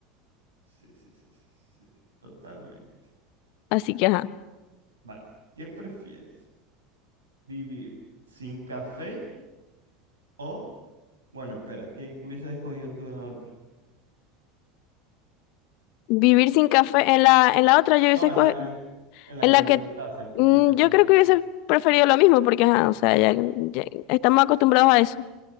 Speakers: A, on the right (about 85°); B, on the left (about 55°).
A: sí, sí, sí, sí, sí, totalmente.
B: Así que, ajá.
A: Vale, ¿qué prefieres? ¿Vivir sin café o, bueno, espera, ¿qué, qué hubieses escogido tú en la otra?
B: Vivir sin café en la, en la otra, yo hubiese
A: No, en
B: esco-
A: la, en, en la
B: En
A: que
B: la
A: me preguntaste,
B: que
A: en
B: mm,
A: la que me
B: yo
A: preguntaste.
B: creo que hubiese preferido lo mismo, porque, ajá, o sea, ya, ya estamos acostumbrados a eso.